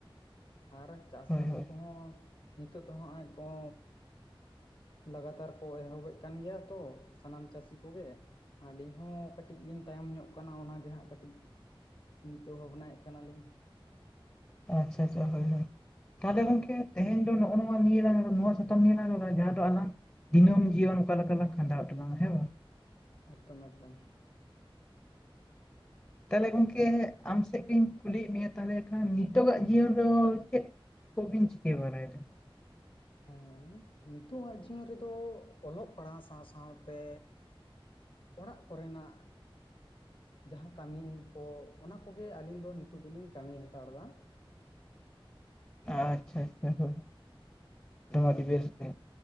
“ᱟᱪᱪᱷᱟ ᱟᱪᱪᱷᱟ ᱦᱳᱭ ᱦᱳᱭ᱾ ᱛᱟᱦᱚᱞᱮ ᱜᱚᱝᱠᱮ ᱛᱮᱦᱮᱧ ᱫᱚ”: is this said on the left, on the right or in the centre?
Left